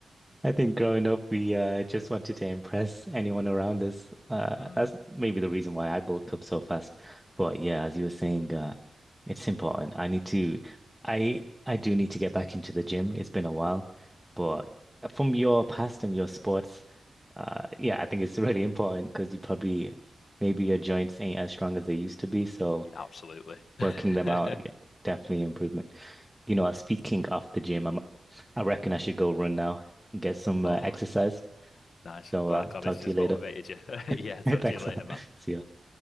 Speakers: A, in the centre; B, on the left.
A: I think growing up, we uh, just wanted to impress anyone around us. Uh,
B: Mm,
A: that's maybe the reason why I bulked up so fast. But yeah, as you were saying, uh, it's important. I need to, I I do need to get back into the gym. It's been a while, but from your past and your sports, uh, yeah, I think it's <laughs> really important because you probably maybe your joints ain't as strong as they used to be. So
B: yeah, absolutely. <laughs>
A: working them out, yeah, definitely improvement. You know, uh, speaking of the gym, I'm, I reckon I should go run now and get some
B: Oh,
A: uh, exercise.
B: nice.
A: So
B: I'm glad
A: uh,
B: glad
A: talk
B: this
A: to
B: has
A: you later.
B: motivated you. <laughs> Yeah, talk
A: <laughs> Thanks.
B: to you later,
A: a lot.
B: man.
A: See ya.